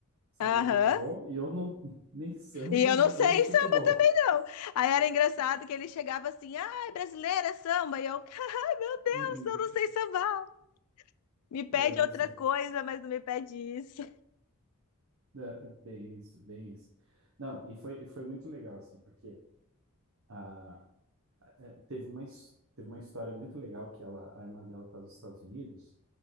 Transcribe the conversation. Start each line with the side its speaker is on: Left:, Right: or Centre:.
Right: Samba
Left: Aham.
Right: e futebol, e eu não <laughs> nem samba,
Left: E eu
Right: nem
Left: não
Right: jogo
Left: sei
Right: futebol.
Left: samba também, não. Aí era engraçado que ele chegava assim, ai, brasileira, é samba. E eu, <laughs> ai, meu Deus,
Right: Uhum.
Left: eu não sei sambar. Me pede
Right: Olha
Left: outra
Right: só.
Left: coisa, mas não me pede isso.
Right: É, é bem isso, bem isso. Não, e foi, e foi muito legal, assim, porque ah, é, teve uma, his- teve uma história muito legal que ela, a irmã dela está nos Estados Unidos